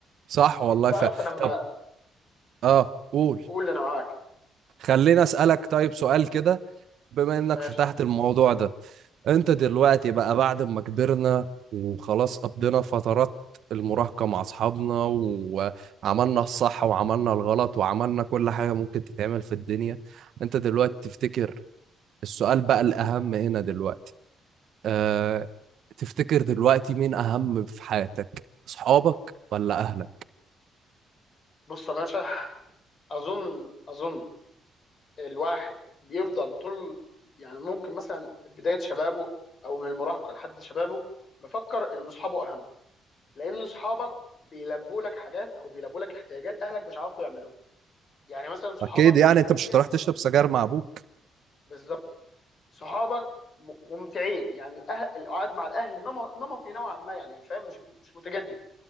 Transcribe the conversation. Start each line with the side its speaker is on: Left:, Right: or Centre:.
Right: صح والله
Left: انت تعرف
Right: ف
Left: انا لما
Right: طب اه قول
Left: قول لي انا معاك
Right: خليني اسالك طيب سؤال كده بما انك
Left: ماشي
Right: فتحت الموضوع ده انت دلوقتي بقى بعد ما كبرنا وخلاص قضينا فترات المراهقة مع اصحابنا وعملنا الصح وعملنا الغلط وعملنا كل حاجة ممكن تتعمل في الدنيا انت دلوقتي
Left: مم.
Right: تفتكر السؤال بقى الاهم هنا دلوقتي أه... تفتكر دلوقتي مين اهم في حياتك اصحابك ولا اهلك
Left: بص يا باشا اظن اظن الواحد بيفضل طول يعني ممكن مثلا بداية شبابه أو من المراهقة لحد شبابه مفكر إن أصحابه أهم لأن أصحابك بيلبوا لك حاجات أو بيلبوا لك احتياجات أهلك مش عارفوا يعملوها يعني مثلا صحابك
Right: اكيد يعني انت
Left: ممتع
Right: مش هتروح تشرب
Left: م-
Right: سجاير مع ابوك
Left: بالظبط صحابك م- ممتعين يعني الأهل القعد مع الأهل نمط- نمطي نوعا ما يعني فاهم مش مش متجدد